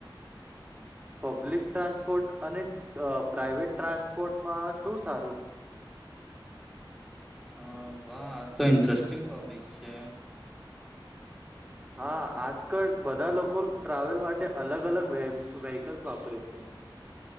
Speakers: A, on the right; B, in the centre.
A: પબ્લિક ટ્રાન્સપોર્ટ અને અ પ્રાઈવેટ ટ્રાન્સપોર્ટમાં શું સારું?
B: હ, વાહ આતો ઇન્ટરેસ્ટિંગ ટોપિક છે.
A: હા, આજકલ બધાં લોકો ટ્રાવેલ માટે અલગ અલગ વે વેહકલ્સ વાપરે છે.